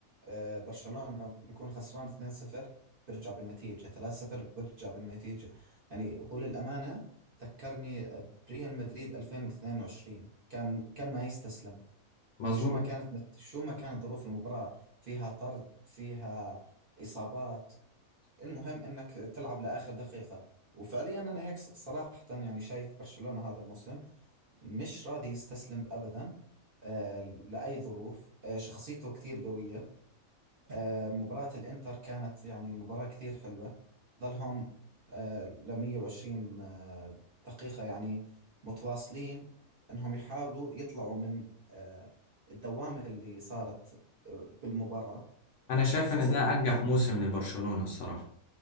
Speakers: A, on the right (about 50°); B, on the left (about 65°).
A: آه برشلونة بيكون خسران 2-0 بيرجع بالنتيجة 3-0 بيرجع بالنتيجة يعني هو للأمانة ذكرني بريال مدريد 2022 كان كان ما يستسلم
B: مظبوط
A: شو ما كانت شو ما كانت ظروف المباراة فيها طرد فيها إصابات المهم انك تلعب لاخر دقيقة وفعليا انا هيك صراحة يعني شايف برشلونة هذا الموسم مش راضي يستسلم ابدا آه، لاي ظروف آه، شخصيته كثير قوية آه، مباراة الانتر كانت يعني مباراة كثير حلوة ظلهم آه ل 120 آه، دقيقة يعني متواصلين انهم يحاولوا يطلعوا من آه، الدوامة اللي صارت آه، بالمباراة
B: انا شايف
A: خصوصا
B: ان ده
A: انهم
B: انجح موسم لبرشلونه الصراحه